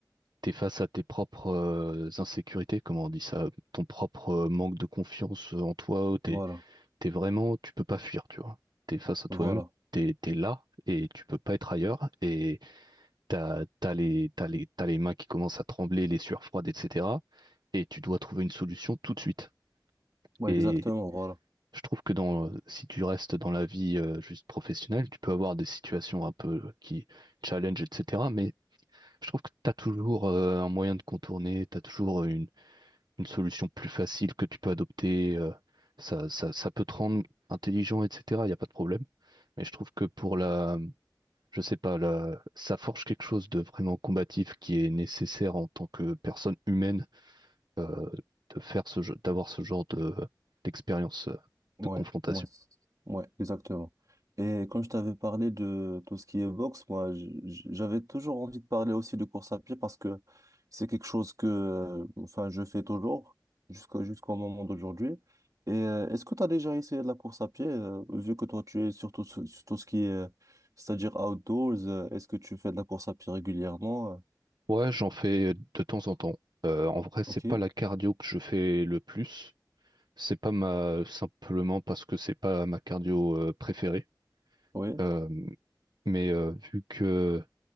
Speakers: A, on the right; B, on the right.
A: t'es face à tes propres euh, insécurités, comment on dit ça, ton propre euh, manque de confiance euh, en toi,
B: voilà,
A: t'es vraiment, tu peux pas fuir, tu vois. T'es face à toi-même,
B: voilà.
A: t'es, t'es là et tu peux pas être ailleurs. Et t'as, t'as les, t'as les, t'as les mains qui commencent à trembler, les sueurs froides, etc. Et tu dois trouver une solution tout de suite.
B: Ouais,
A: Et
B: exactement, voilà.
A: je trouve que dans, si tu restes dans la vie euh, juste professionnelle, tu peux avoir des situations un peu qui challenge, etc. Mais je trouve que t'as toujours euh, un moyen de contourner, t'as toujours une solution plus facile que tu peux adopter. euh, ça, ça, ça peut te rendre intelligent, etc. Il n'y a pas de problème. Mais je trouve que pour la, je sais pas, la, ça forge quelque chose de vraiment combatif qui est nécessaire en tant que personne humaine euh, de faire ce jeu, d'avoir ce genre de d'expérience euh,
B: Ouais,
A: de confrontation.
B: ouais, ouais, exactement. Et quand je t'avais parlé de tout ce qui est boxe, moi, j- j- j'avais toujours envie de parler aussi de course à pied parce que c'est quelque chose que, euh, enfin, je fais toujours jusqu'au jusqu'au moment d'aujourd'hui. Et euh, est-ce que tu as déjà essayé de la course à pied, euh, vu que toi, tu es surtout sur sur tout ce qui est, euh, c'est-à-dire outdoors, euh, est-ce que tu fais de la course à pied régulièrement? euh,
A: Ouais, j'en fais de temps en temps. Euh, en vrai, c'est
B: Ok,
A: pas la cardio que je fais le plus. C'est pas ma simplement parce que c'est pas ma cardio euh, préférée.
B: oui,
A: Euh, mais euh, vu que